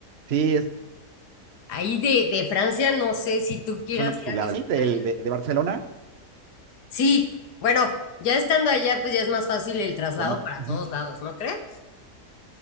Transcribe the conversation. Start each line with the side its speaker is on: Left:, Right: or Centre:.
Right: Sí, es,
Left: Ahí de, de Francia, no sé si tú quieras
Right: es una chulada.
Left: ir a visitar.
Right: Y del-
Left: el-
Right: de, de Barcelona,
Left: Sí, bueno, ya estando allá, pues ya es más fácil el traslado
Right: bueno,
Left: para
Right: ujú,
Left: todos lados, ¿no crees?